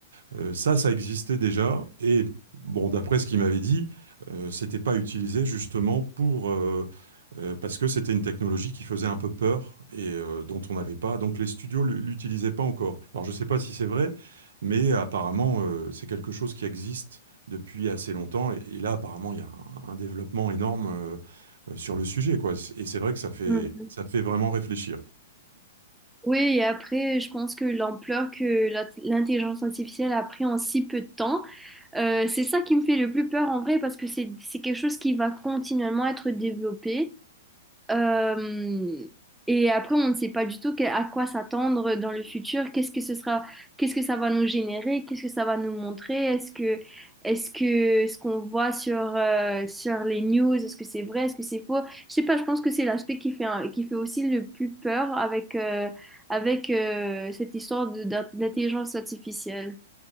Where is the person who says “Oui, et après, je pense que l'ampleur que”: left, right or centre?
Centre